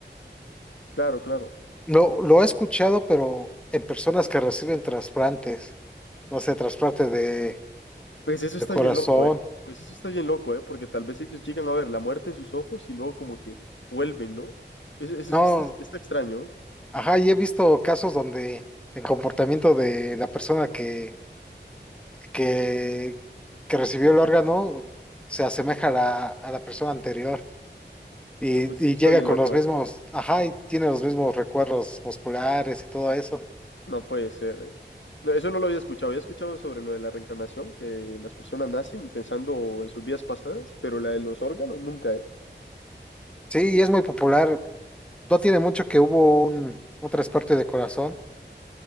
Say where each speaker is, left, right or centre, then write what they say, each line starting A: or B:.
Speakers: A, on the left; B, in the centre.
A: Claro, claro.
B: Lo, lo he escuchado, pero en personas que reciben trasplantes, no sé, trasplante de,
A: Pues eso
B: de
A: está
B: corazón.
A: bien loco, ¿eh? Pues eso está bien loco, ¿eh? Porque tal vez ellos llegan a ver la muerte en sus ojos y luego como que vuelven, ¿no? Eso, eso
B: No,
A: sí está, está extraño.
B: ajá, y he visto casos donde el comportamiento de la persona que que, que recibió el órgano se asemeja a la, a la persona anterior y,
A: Ah, pues eso
B: y
A: está
B: llega
A: bien
B: con
A: loco,
B: los mismos,
A: ¿eh?
B: ajá, y tiene los mismos recuerdos musculares y todo eso.
A: No puede ser, ¿eh? No, eso no lo había escuchado. Había escuchado sobre lo de la reencarnación, que las personas nacen pensando en sus vidas pasadas, pero la de los órganos nunca, ¿eh?
B: Sí, y es muy popular. No tiene mucho que hubo un, un trasplante de corazón.